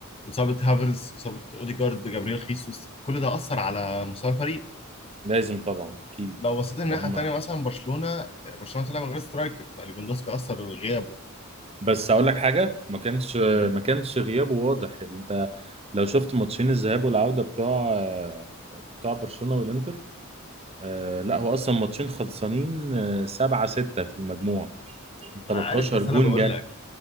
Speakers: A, on the left; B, on the right.
A: اصابه هافرز اصابه اوديجارد جابرييل خيسوس كل ده اثر على مستوى الفريق
B: لازم طبعا أكيد
A: لو بصيت الناحيه
B: وهم
A: التانيه مثلا برشلونه آه، برشلونه طلع من غير سترايكر فليفاندوسكي اثر غيابه
B: بس أقول لك حاجة ما كانش
A: مم.
B: ما كانش غيابه واضح أنت لو شفت ماتشين الذهاب والعودة بتوع آه، بتوع برشلونة والإنتر آه لا هو اصلا ماتشين خلصانين آه، سبعة ستة في المجموع 13
A: انا عارف بس
B: جون
A: انا بقول
B: جه
A: لك